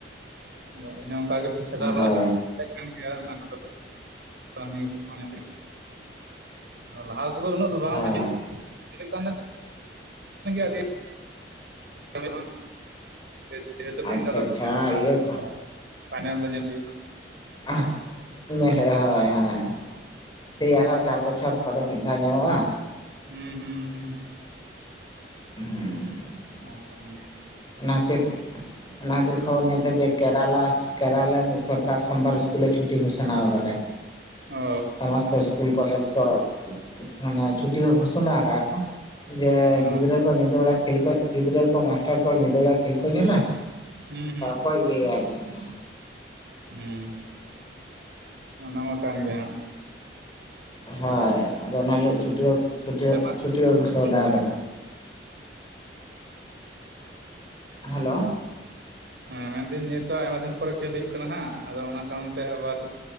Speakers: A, on the right; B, on the left.
A: ᱟᱫᱚ ᱤᱧᱦᱚᱸ ᱚᱱᱠᱟᱜᱮ ᱥᱮᱛᱟᱜ ᱵᱮᱞᱟ
B: ᱦᱳᱭ
A: ᱠᱟᱹᱪ <inaudible> <inaudible> ᱠᱟᱱ ᱜᱮᱭᱟ ᱚᱱᱟ ᱠᱚᱫᱚ ᱠᱟᱹᱤ ᱧ ᱞᱟᱦᱟ ᱠᱚᱫᱚ ᱩᱱᱟᱹᱜ ᱫᱚ ᱵᱟᱝ
B: ᱦᱳᱭ
A: ᱧᱮᱞ ᱧᱮᱞ ᱠᱟᱱ ᱛᱟᱦᱮ ᱟᱹᱰᱤ <unintelligible> <unintelligible>
B: ᱟᱪᱪᱷᱟ ᱟᱪᱪᱷᱟ ᱤᱭᱟᱹ ᱠᱚ
A: ᱯᱷᱟᱭᱱᱮᱞ ᱫᱚ ᱧᱮᱞ ᱦᱩᱭᱩᱜᱼᱟ
B: ᱟᱷ ᱧᱮ ᱦᱳᱭ ᱦᱳᱭ ᱮᱭ ᱟᱨᱦᱚᱸ ᱪᱟᱨ ᱵᱚᱪᱷᱚᱨ ᱯᱚᱨᱮ ᱢᱤᱫ ᱫᱷᱟᱣ ᱧᱟᱢᱚᱜᱼᱟ
A: ᱦᱩᱸᱼᱦᱩᱸ ᱦᱩᱸᱼᱦᱩᱸ
B: ᱦᱮᱸ <inaudible>
A: ᱦ <inaudible>
B: ᱚᱱᱟ ᱠᱷᱟᱹᱛᱤᱨ ᱚᱱᱟ ᱠᱷᱛᱤᱨ ᱠᱷᱚᱵᱚᱨᱤ ᱧᱮᱞ ᱛᱟᱦᱮᱸ ᱡᱮ ᱠᱮᱨᱟᱞᱟ ᱠᱮᱨᱟᱞᱟ ᱨᱤᱱᱤᱡ ᱥᱚᱨᱠᱟᱨ ᱥᱳᱢᱵᱟᱨ ᱤᱥᱠᱩᱞᱮ ᱪᱷᱩᱴᱤ ᱜᱷᱚᱥᱚᱱᱟ ᱟᱠᱟᱫᱟᱭ
A: ᱚ
B: ᱥᱚᱢᱚᱥᱛᱚ ᱤᱥᱠᱩᱞ ᱠᱚᱞᱮᱡᱽ ᱠᱚ ᱢᱟᱱᱮ ᱪᱷᱩᱴᱤ ᱠᱚ ᱜᱷᱳᱥᱚᱱᱟ ᱠᱟᱜᱼᱟ ᱠᱚ ᱡᱮ
A: ᱚ
B: ᱜᱤᱫᱽᱨᱟᱹ ᱠᱚ ᱧᱤᱫᱟᱹ ᱵᱮᱲᱟ ᱜᱤᱫᱽᱨᱟᱹ ᱠᱚ ᱢᱟᱥᱴᱟᱨ ᱠᱚ ᱧᱤᱫᱟᱹ ᱵᱮᱲᱟ ᱠᱷᱮᱞ ᱠᱚ ᱧᱮᱞᱟ
A: ᱦᱩᱸ ᱦᱩᱸ
B: ᱠᱚᱭ ᱤᱭᱟᱹᱭᱟ ᱟᱨᱠᱤ <unintelligible>
A: ᱦᱳᱸ ᱚᱱᱟᱢᱟ ᱠᱟᱱ ᱜᱮᱭᱟ ᱦᱟᱜ
B: ᱦᱳᱭ ᱾ ᱟᱫᱚ ᱚᱱᱟ ᱞᱟᱹᱜᱤᱫ ᱪᱷᱩᱴᱤᱭᱳ ᱪᱷᱩᱴᱤᱭᱳ
A: ᱟᱭᱢᱟ
B: ᱪᱷᱩᱴᱤᱭᱟᱹᱣ
A: ᱫᱤᱱ
B: ᱜᱷᱚᱥᱚᱱᱟ
A: ᱠᱷᱮᱞ
B: ᱟᱠᱟᱫᱟ ᱾ ᱦᱮᱞᱳ ᱾
A: ᱦᱮᱸ ᱢᱮᱱᱫᱟᱹᱧ ᱱᱤᱭᱟᱹᱤᱛᱚ ᱟᱭᱢᱟ ᱫᱤᱱ ᱯᱚᱨᱮ ᱠᱷᱮᱞ ᱦᱩᱭᱩᱜ ᱠᱟᱱᱟ ᱦᱟᱸᱜ ᱟᱫᱚ ᱚᱱᱟ ᱠᱟᱨᱚᱱ ᱛᱮ ᱟᱵᱟᱨ